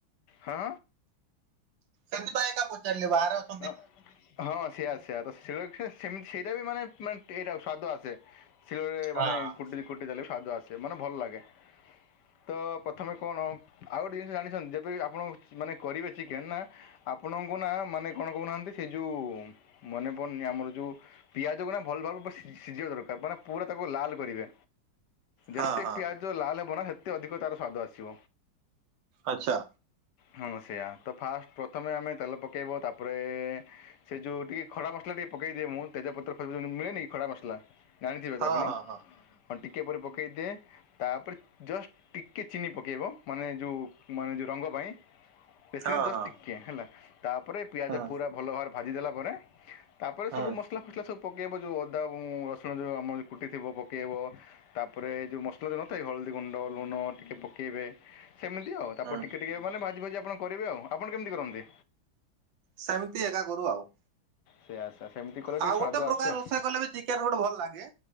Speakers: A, on the left (about 65°); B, on the right (about 70°).
A: ହଁ?
B: ସେଥିପାଇଁ ଏଟା ପଚାରିଲି ବାହାରେ ଅ
A: ଅଁ ହଁ ସେୟା ସେୟା ତ ଶିଳରେ ସେ ସେମିତି ସେଇଟା ବି ମାନେ ମାନ୍ ଟିକେ <unintelligible> ସ୍ଵାଦ ଆସେ ଶିଳରେ
B: ହଁ।
A: ମାନେ କୁଟି କୁଟି ଦେଲେ ବି ସ୍ୱାଦ ଆସ୍। ସେ ମାନେ ଭଲ ଲାଗେ। ତ ପ୍ରଥମେ କଣ ଆଉ ଗୋଟେ ଜିନିଷ ଜାଣିଛନ୍ତି ଯେବେବି ଆପଣ ମାନେ କରିବେ ଚିକେନ୍ ନା ଆପଣଙ୍କୁ ନା ମାନେ କଣ କହୁନାହାନ୍ତି। ସେ ଯୋଉ ମନେ ପଡ଼ୁନି ଆମର ଯୋଉ ପିଆଜକୁ ନା ଭଲ ଭାବରେ ପୁରା ସି-ସିଝିବା ଦରକାର ମାନେ ପୁରା ତାକୁ ଲାଲ କରିବେ।
B: ହଁ
A: ଯେତେ
B: ହଁ
A: ପିଆଜ ଲାଲ ହେବ ନା ସେତେ ଅଧିକ ତାର ସ୍ୱାଦ ଆସିବ।
B: ଆଚ୍ଛା।
A: ହଁ ସେୟା ତ ଫାଷ୍ଟ ପ୍ରଥମେ ଆମେ ତେଲ ପକାଇବ ତାପରେ ସେ ଯୋଉ ଟିକେ ଖଡ଼ା ମସଲା ଟିକେ ପକେଇ ଦିଏ ମୁଁ ତେଜପତ୍ର <unintelligible> ମିଳେନି କି ଖଡ଼ା ମସଲା ଜାଣିଥିବେ
B: ହଁ
A: ତ ଆପଣ
B: ହଁ ହଁ
A: ହଁ ଟିକେ ପରେ ପକେଇଦିଏ। ତା ପରେ ଜଷ୍ଟ ଟିକେ ଚିନି ପକେଇବ ମାନେ ଯୋଉ ମାନେ ଯୋଉ ରଙ୍ଗ ପାଇଁ। ବେଶୀ
B: ହଁ
A: ନାଇଁବ ଜଷ୍ଟ
B: ହଁ
A: ଟିକେ ହେଲା ତାପରେ ପିଆଜ
B: ହଁ ହଁ
A: ପୁରା ଭଲ ଭାବରେ ଭାଜିଦେଲା ପରେ। ତା ପରେ
B: ହଁ
A: ସବୁ ମସଲା ଫସଲା ସବୁ ପକେଇବ ଯୋଉ ଅଦା ଏବଂ ରସୁଣ ଯୋଉ <unintelligible> କୁଟି ଥିବ ପକେଇବ। ତାପରେ ଯୋଉ ମସଲା ସବୁ ନଥାଏ ହଳଦୀ ଗୁଣ୍ଡ ଲୁଣ ଟିକେ ପକେଇବେ ସେମିତି ଆଉ ତାପରେ
B: ହଁ
A: ଟିକେ ଟିକେ ମାନେ ଭାଜି ଭାଜି ଆପଣ କରିବେ ଆଉ ଆପଣ କେମିତି କରନ୍ତି?
B: ସେମିତି ଏକା କରୁ ଆଉ।
A: ସେଇଆ ସେଇଆ ସେମିତି କଲେ ଟିକେ
B: ଆଉ
A: ସ୍ୱାଦ
B: ଗୋଟେ ପ୍ରକାର
A: ଆସେ ଆଉ
B: ରୋଷେଇ କଲେ ବି ଚିକେନ ଗୋଟେ ଭଲ ଲାଗେ।